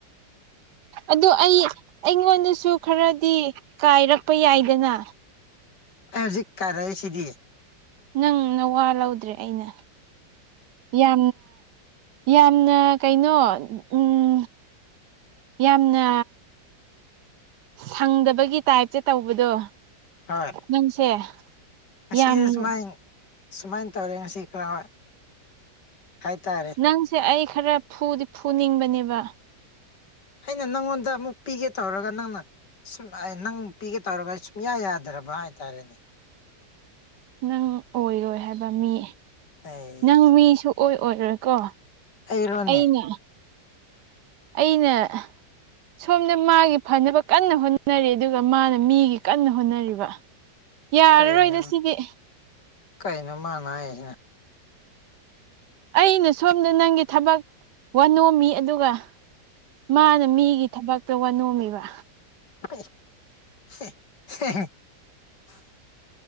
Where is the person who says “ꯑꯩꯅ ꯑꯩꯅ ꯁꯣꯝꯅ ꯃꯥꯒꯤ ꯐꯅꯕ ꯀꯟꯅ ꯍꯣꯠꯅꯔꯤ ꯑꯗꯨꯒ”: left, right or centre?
Right